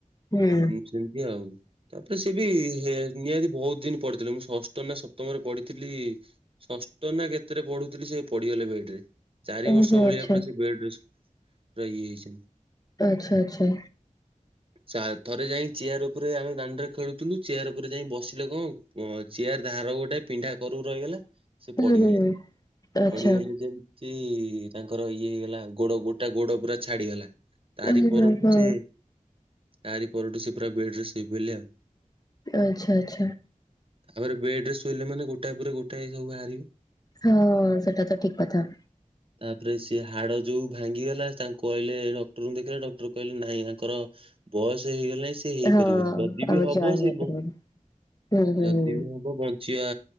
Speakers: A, on the left; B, on the right.
A: ହୁଁ
B: ସେମିତି ଆଉ। ତାପରେ ସେ ବି ନିହାତି ବହୁତ ଦିନ ପଢିଥିଲେ ମୁଁ ଷଷ୍ଠ ନା ସପ୍ତମରେ ପଢିଥିଲି। ଷଷ୍ଠ ନା କେତେରେ ପଢୁଥିଲି ସେ ପଡ଼ିଗଲେ ବେଡରେ। ଚାରି
A: ଓହୋ
B: ବର୍ଷ ଭଳିଆ
A: ଆଚ୍ଛା
B: ପୁରା ସେ ବେଡ ରେସ ପୁରା ଇଏ ହେଇଛନ୍ତି।
A: ଆଚ୍ଛା ଆଚ୍ଛା।
B: ଚା ଥରେ ଯାଇ ଚେୟାର ଉପରେ ଆମେ ଦାଣ୍ଡରେ ଖେଳୁଥିଲୁ ଚେୟାର ଉପରେ ଯାଇ ବସିଲ କଣ ଚେୟାର ଧାର ଗୋଟେ ପିଣ୍ଢା କରୁକୁ ରହିଗଲା ସେ
A: ହୁଁ
B: ପଡିଗଲି।
A: ହୁଁ ଆଚ୍ଛା।
B: ପଡିଗଲେ ଯେ ତି ତାଙ୍କର ଇଏ ହେଇଗଲା ଗୋଡ ଗୋଟା ଗୋଡ ପୁରା ଛାଡିଗଲା। ତାରି
A: ଓହୋ
B: ପରଠୁ
A: ହଁ
B: ସେ ତାରି ପରଠୁ ସେ ପୁରା ବେଡ୍ ରେ ଶୋଇ ପଇଲେ ଆଉ।
A: ଆଚ୍ଛା ଆଚ୍ଛା।
B: ତାପରେ ବେଡ୍ ରେ ଶୋଇଲେ ମାନେ ଗୋଟାଏ ପରେ ଗୋଟାଏ ସବୁ ବାହାରିବ।
A: ହଁ ସେଟା ତ ଠିକ୍ କଥା।
B: ତାପରେ ସେ ହାଡ ଯୋଉ ଭାଙ୍ଗିଗଲା ତାଙ୍କୁ କହିଲେ ଡକ୍ଟରଙ୍କୁ ଦେଖିଲେ ଡକ୍ଟର କହିଲେ ନାଇଁ ଆଙ୍କର ବୟସ ହେଇଗଲାଣି ସେ ହେଇପାରିବନି।
A: ହଁ
B: ଯଦି
A: ଆଉ
B: ବି ହବ
A: ଜଏନ୍
B: ସେ
A: ହେଇପାରିବନି
B: ବ
A: ହୁଁ ହୁଁ
B: ଯଦି ବି ହବ ବଞ୍ଚ ଚି ଆ